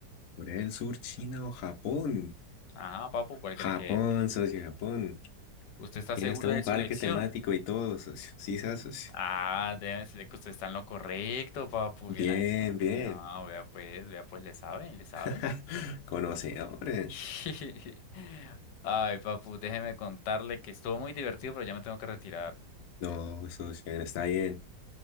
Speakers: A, on the left; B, on the left.
A: ¿Corea del Sur, China o Japón?
B: Ajá, papu, ¿cuál
A: Japón,
B: cree que es?
A: socio, Japón.
B: ¿Usted está
A: Tiene
B: seguro
A: hasta un
B: de su
A: parque
B: elección?
A: temático y todo, socio. Sí, sa, socio.
B: Ah, deben decirle que usted está en lo correcto, papu.
A: Bien,
B: Bien ahí.
A: bien.
B: Ah, vea pues, vea pues, le saben, le saben.
A: <laughs> Conocedores.
B: <laughs> Ay, papu, déjeme contarle que estuvo muy divertido, pero ya me tengo que retirar.
A: No, socio, está bien.